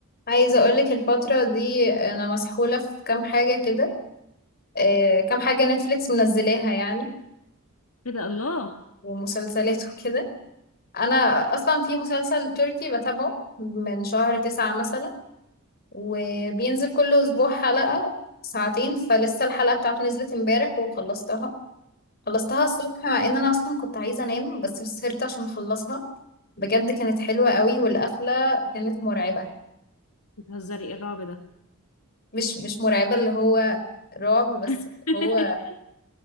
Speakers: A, on the left (about 45°); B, on the left (about 75°).
A: عايزة أقولك الفترة دي أنا مسحولة في كام حاجة كده آه، كام حاجة نتفليكس منزلاها يعني
B: ايه ده الله
A: ومسلسلات وكده أنا أصلا في مسلسل تركي بتابعه من شهر تسعة مثلا وبينزل كل أسبوع حلقة ساعتين فلسه الحلقة بتاعته نزلت امبارح وخلصتها خلصتها الصبح مع إن أنا أصلا كنت عايزة أنام بس سهرت عشان أخلصها بجد كانت حلوة قوي والقفلة كانت مرعبة
B: بتهزري ايه الرعب ده
A: مش مش مرعبة اللي هو رعب بس
B: <laughs>
A: هو